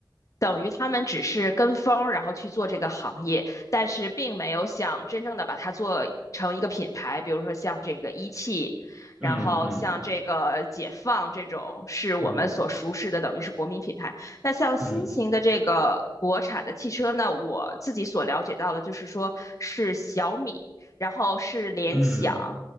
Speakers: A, on the left; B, on the right.
A: 等于他们只是跟风然后去做这个行业，但是并没有想真正的把它做成一个品牌，比如说像这个一汽，
B: 嗯嗯
A: 然后像这个解放这种是我们所熟识的，
B: 嗯
A: 等于是国民品牌。那像新型的这个国产的汽车呢，
B: 嗯
A: 我自己所了解到的就是说是小米，然后是联想。
B: 嗯嗯嗯。